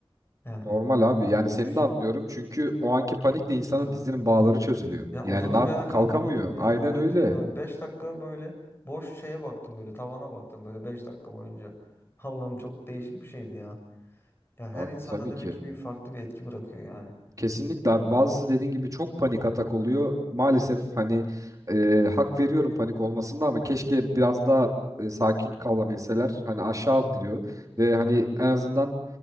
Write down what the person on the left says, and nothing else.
Yani
düşün.
Ya
oturdum
yerden kalkamadım
ya.
Ha
diyorum yani 5 dakika böyle boş şeye baktım böyle tavana baktım böyle 5 dakika boyunca. <laughs> Allah'ım çok değişik bir şeydi ya. Ya her
insanda
demek
ki bir farklı bir etki bırakıyor yani.
Hı hı.